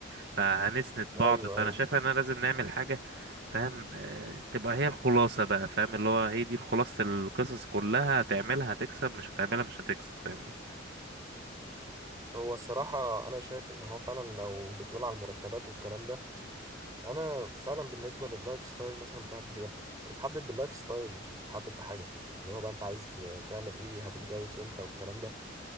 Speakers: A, on the right; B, on the right.
A: فهنسند بعض
B: ايوه
A: فانا
B: ايوه
A: شايف ان انا لازم نعمل حاجه فاهم آه، تبقى هي الخلاصه بقى فاهم اللي هو هي دي خلاصه القصص كلها هتعملها هتكسب مش هتعملها مش هتكسب فاهمني
B: هو الصراحة انا شايف ان هو فعلا لو بتقول على المرتبات والكلام ده انا فعلا بالنسبه لللايف ستايل مثلا بتاعتي هي بتتحدد باللايف ستايل مش بتتحدد بحاجه اللي هو بقى انت عايز تعمل ايه هتتجوز امتى والكلام ده